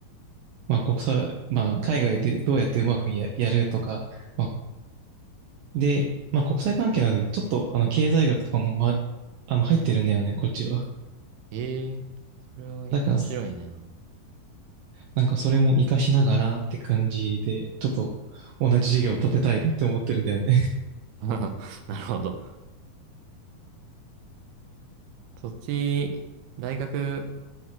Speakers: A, on the right; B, on the right.
A: まあ国際、まあ海外でどうやってうまくや、やるとか、まあ、で、まあ国際関係なので、ちょっとあの経済学とかも、まあ、あの入ってるんだよね、こっちは。
B: ええそれは面白いね。
A: だから、なんかそれも活かしながらって感じで、ちょっと同じ授業を立てたいなって思ってるんだよね。
B: <laughs> なるほど。そっち、大学